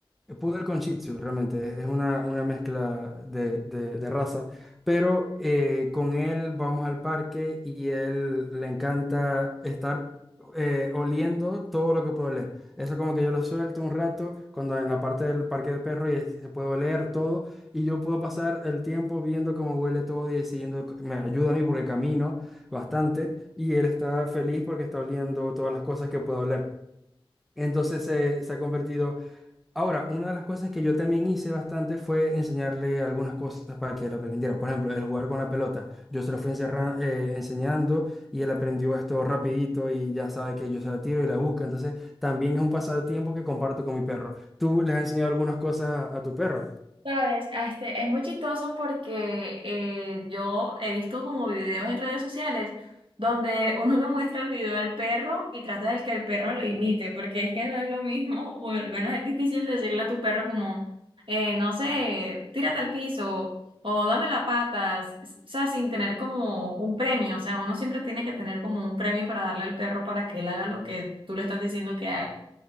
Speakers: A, in the centre; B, on the right (about 65°).
A: eh, poodle con Shih Tzu, realmente es una, una mezcla de, de- de raza. Pero eh, con él vamos al parque y él le encanta estar eh, oliendo todo lo que puede oler. Eso como que yo lo suelto un rato cuando en la parte del parque de perros y se puede oler todo y yo puedo pasar el tiempo viendo cómo huele todo y siguiendo, me ayuda a mí porque camino bastante y él está feliz porque está oliendo todas las cosas que puedo oler. Entonces se, se ha convertido Ahora, una de las cosas que yo también hice bastante fue enseñarle algunas cosas para que él aprendiera. Por ejemplo, el jugar con la pelota. Yo se lo fui encerra- eh, enseñando y él aprendió esto rapidito y ya sabe que yo se la tiro y la busca. Entonces, también es un pasatiempo que comparto con mi perro. ¿Tú le has enseñado algunas cosas a, a tu perro?
B: Sabes, Ah, este, es muy chistoso porque eh, yo he visto como videos en redes sociales donde uno le muestra el video al perro y trata de que el perro lo imite, porque es que no es lo mismo, o al menos es difícil decirle a tu perro como, eh, no sé, tírate al piso o dame las patas, o sea, sin tener como un premio, o sea, uno siempre tiene que tener como un premio para darle al perro para que él haga lo que tú le estás diciendo que haga.